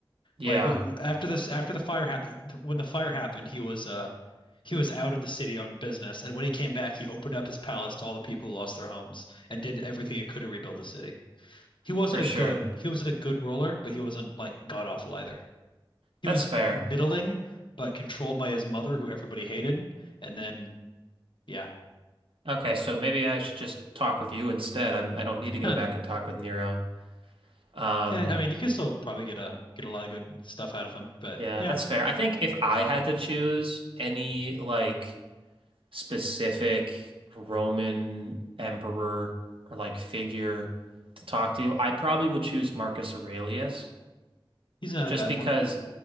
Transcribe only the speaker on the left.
Like when after this after the fire ha when the fire happened, he was uh he was out of the city on business, and when he came back, he opened up his palace to all the people who lost their homes and did everything he could to rebuild the city. He wasn't
a
good he wasn't a good ruler, but he wasn't like god awful either. He
was
middling, but controlled by his mother, who everybody hated, and then yeah.
<laughs>
And, I mean, you could still probably get a get a lot of good stuff out of him, but
yeah,
he's not
a bad
one.